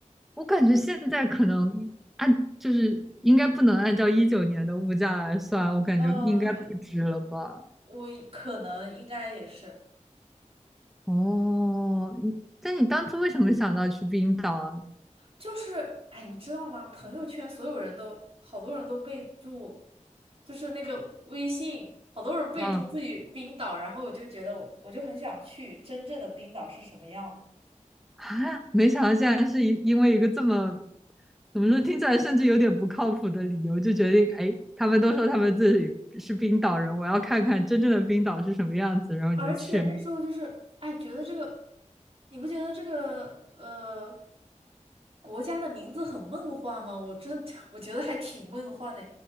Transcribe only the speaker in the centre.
我感觉现在可能按就是应该不能按照一九年的物价来算，我感觉应该不止了吧。
哦，你，但你当初为什么想到去冰岛啊？
啊
啊，没想到竟然是因因为一个这么，怎么说，听起来甚至有点不靠谱的理由，就决定，哎，他们都说他们自己是冰岛人，我要看看真正的冰岛是什么样子，然后你就去，